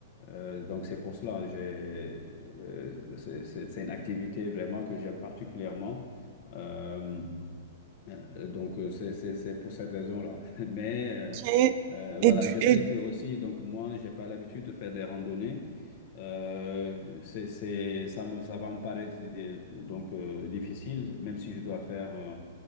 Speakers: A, on the left; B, on the right.
A: Euh, donc c'est pour cela, j'ai, euh, c'est c'est- c'est une activité vraiment que j'aime particulièrement. Euh, euh, Donc, euh, c'est c'est- c'est pour cette raison-là. <laughs> Mais euh,
B: Et
A: euh,
B: et
A: voilà,
B: du
A: je sais
B: et
A: que aussi, donc moi, j'ai pas l'habitude de faire des randonnées. Euh, c'est, c'est, ça me, ça va me paraître d- d- donc euh, difficile, même si je dois faire euh,